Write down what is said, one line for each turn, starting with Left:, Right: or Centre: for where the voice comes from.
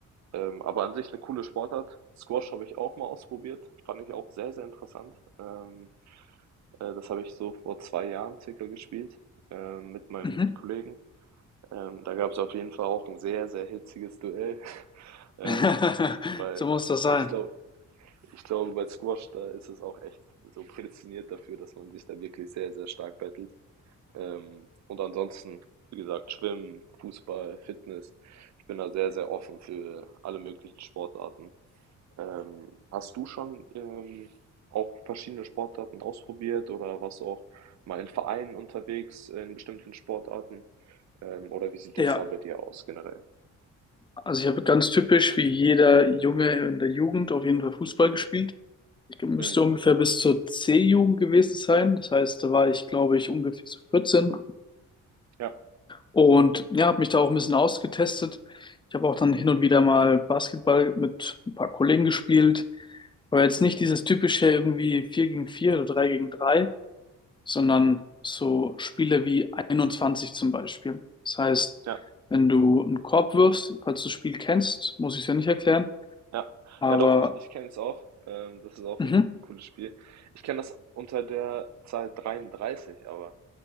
Right: Ähm, aber an sich eine coole Sportart. Squash habe ich auch mal ausprobiert, fand ich auch sehr, sehr interessant. Ähm, äh, das habe ich so vor zwei Jahren circa gespielt, ähm, mit meinem
Left: Mhm.
Right: Kollegen. Ähm, da gab es auf jeden Fall auch ein sehr, sehr hitziges Duell, <laughs> ähm,
Left: <laughs>
Right: weil
Left: So muss das sein.
Right: ich glaube ich glaube, bei Squash, da ist es auch echt so prädestiniert dafür, dass man sich da wirklich sehr, sehr stark battelt. Ähm, und ansonsten, wie gesagt, Schwimmen, Fußball, Fitness. Ich bin da sehr, sehr offen für alle möglichen Sportarten. Ähm, hast du schon, ähm, auch verschiedene Sportarten ausprobiert oder warst du auch mal in Vereinen unterwegs in bestimmten Sportarten? Ähm, oder wie sieht
Left: Ja,
Right: das da bei dir aus generell?
Left: also ich habe ganz typisch wie jeder Junge in der Jugend auf jeden Fall Fußball gespielt. Ich müsste
Right: Mhm.
Left: ungefähr bis zur C-Jugend gewesen sein. Das heißt, da war ich, glaube ich, ungefähr so 14.
Right: Ja,
Left: Und ja, habe mich da auch ein bisschen ausgetestet. Ich habe auch dann hin und wieder mal Basketball mit ein paar Kollegen gespielt. Aber jetzt nicht dieses typische irgendwie 4 gegen 4 oder 3 gegen drei sondern so Spiele wie 21 zum Beispiel. Das heißt,
Right: ja,
Left: wenn du einen Korb wirfst, falls du das Spiel kennst, muss ich es ja nicht erklären.
Right: ja.
Left: Aber,
Right: Ja, doch, ich, ich kenne es auch. Ähm, das ist auch
Left: mhm,
Right: ein cooles Spiel. Ich kenne das unter der Zahl 33, aber.